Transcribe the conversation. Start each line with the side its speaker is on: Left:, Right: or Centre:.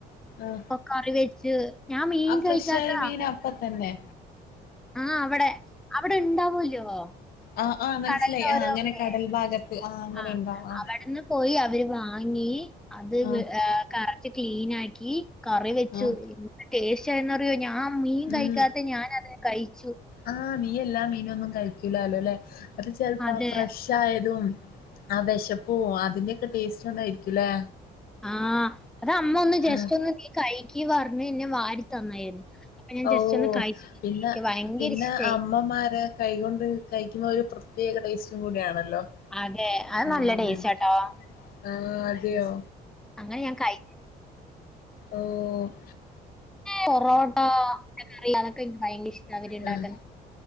Left: ആഹ്
Centre: ഇപ്പൊ കറി വെച്ച് ഞാൻ മീൻ
Left: ആ ഫ്രഷ്
Centre: കഴിക്കാത്ത
Left: ആയ മീൻ അപ്പതന്നെ
Centre: ആഹ് അവടെ അവടെ ഇണ്ടാവൂല്ലോ
Left: ആഹ് ആഹ്
Centre: ഈ
Left: മനസ്സിലായി
Centre: കടല് ഓരോക്കെ-
Left: ആഹ് അങ്ങനെ കടൽ ഭാഗത്ത് ആഹ്- അങ്ങനെ
Centre: ആഹ്
Left: ഉണ്ടാവും ആഹ്
Centre: അവടെന്ന് പോയി അവര് വാ വാങ്ങി അത്
Left: ആഹ്
Centre: കറക്റ്റ് ക്ലിനാക്കി കറി വെച്ചു-
Left: ആഹ്
Centre: ടേസ്റ്റ്ന്ന്റിയോ ഞാൻ മീൻ
Left: ഉം
Centre: കഴിക്കാത്ത ഞാനതിനെ കഴിച്ചു-
Left: ആഹ് നീ എല്ലാ മീനും ഒന്നും കഴിക്കൂലലല്ലേ അത് ചെലപ്പ
Centre: അതെ.
Left: ആ ഫ്രഷ് ആയതും ആ വെശപ്പും അതിന്റൊക്കെ ടേസ്റ്റ് കൊണ്ടായിരിക്കുല്ലേ-
Centre: ആഹ് അത് അമ്മ ഒന്ന് ജസ്റ്റ്
Left: ആ
Centre: ഒന്ന് നീ കഴിക്ക് പറഞ്ഞ് ന്നെ വാരി തന്നായിരുന്നു- ഞാൻ
Left: ഓഹ്
Centre: ജസ്റ്റ് ഒന്ന് കഴിച്ചിട്ട്
Left: പിന്നെ
Centre: എനിക്ക് ഭയങ്കര
Left: പിന്നെ
Centre: ഇഷ്ടായി.
Left: അമ്മമാര്- കൈകൊണ്ട് കഴിക്കുമ്പോ ഒരു പ്രത്യേക ടേസ്റ്റും കൂടിയാണല്ലോ-
Centre: അതെ അത്
Left: ഉം
Centre: നല്ല ടെസ്റ്റാട്ടോ -
Left: ആഹ് അതെയോ-
Centre: അങ്ങനെ ഞാൻ കഴി
Left: ഓഹ് -
Centre: പൊറോട്ട കറി അതൊക്കെ എനിക്ക് ഭയങ്കര ഇഷ്ട അവര് ഇണ്ടാക്കുന്ന-
Left: ആഹ്